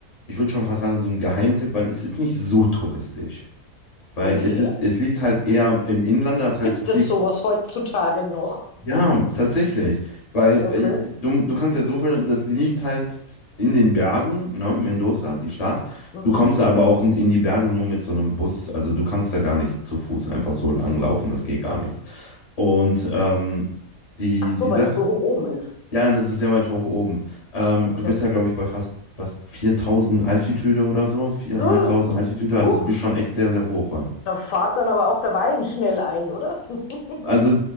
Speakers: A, on the left; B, on the left.
A: ich würde schon fast sagen, so ein Geheimtipp, weil es ist nicht so touristisch. Weil
B: Okay.
A: es ist, es liegt halt eher im Inlander, das heißt,
B: Gibt
A: du fliegst.
B: es sowas heutzutage noch?
A: Ja,
B: <laughs>
A: tatsächlich. Weil
B: Okay.
A: äh, ich, du, du kannst ja so viel, das liegt halt in den Bergen, ne, Mendoza, die Stadt.
B: Mhm.
A: Du kommst da aber auch in in die Berge nur mit so einem Bus. Also du kannst da gar nicht zu Fuß einfach so langlaufen, das geht gar nicht. Und ähm, die,
B: Ach so,
A: die Sache,
B: weil das so hoch oben ist.
A: ja, das ist sehr weit hoch oben. Ähm,
B: Okay.
A: du bist ja, glaube ich, bei fast, fast 4000 Altitude oder so, 4500
B: <gasps>
A: Altitude. Also
B: Huch,
A: du bist schon echt sehr, sehr hoch.
B: da fährt dann aber auch der Wein schnell ein, oder? <laughs>
A: Also,